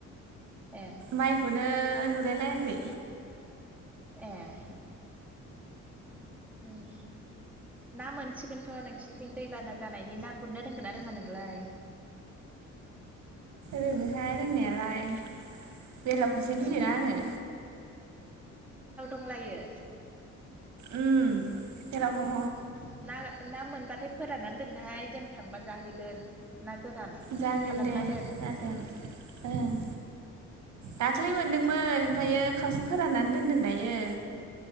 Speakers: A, in the centre; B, on the right.
A: ए
B: माइखौनो नुलाय लायाखै।
A: एह उम ना मोनसिगोनथ' नोंसिनिथिं दैबाना जानायनि ना गुरनो रोंगोन ना रोङा नोंलाय?
B: रोङोहाय रोंनायालाय। बेलावखौसो गियोना
A: ए
B: आङो।
A: हुंलायो
B: उम बेलाव
A: उम
B: दङ
A: लालो ना मोनबाथाय फोराननानै दोनहाय जों थांबा जाहैगोन। ना गोरान
B: जागोन
A: खालामना
B: दे
A: दोन
B: जागोन ओं। दाख्लै मोनदोंमोन ओमफायो खावसे फोराननानै दोनदों दायो।